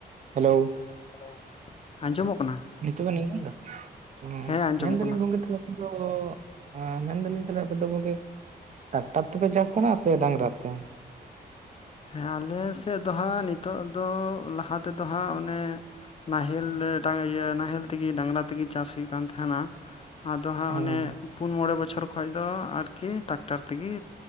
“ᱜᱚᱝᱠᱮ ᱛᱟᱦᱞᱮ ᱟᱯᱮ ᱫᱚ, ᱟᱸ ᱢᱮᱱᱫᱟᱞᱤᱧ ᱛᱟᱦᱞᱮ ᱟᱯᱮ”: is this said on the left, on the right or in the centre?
Right